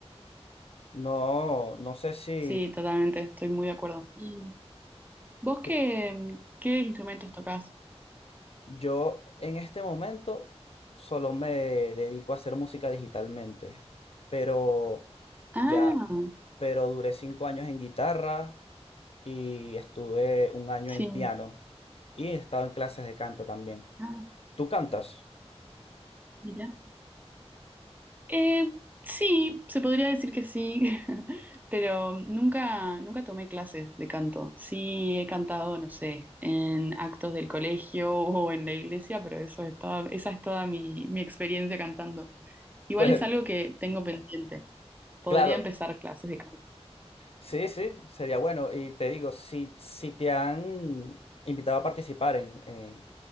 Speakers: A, on the left; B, on the right.
A: No, no sé si
B: Sí, totalmente, estoy muy de acuerdo. ¿Y vos
A: te-
B: qué, mm, qué instrumentos tocás?
A: yo en este momento solo me dedico a hacer música digitalmente, pero
B: Ah,
A: ya, pero duré cinco años en guitarra y estuve un año
B: sí.
A: en piano y he estado en clases de canto también.
B: Ah,
A: ¿Tú cantas?
B: mirá. Eh, sí, se podría decir que sí, <laughs> pero nunca, nunca tomé clases de canto. Sí he cantado, no sé, en actos del colegio o en la iglesia, pero eso es toda, esa es toda mi, mi experiencia cantando. Igual
A: Pues
B: es algo que tengo pendiente. Podría
A: claro,
B: empezar clases de canto.
A: Sí, sí, sería bueno. Y te digo, si, si te han invitado a participar en, en,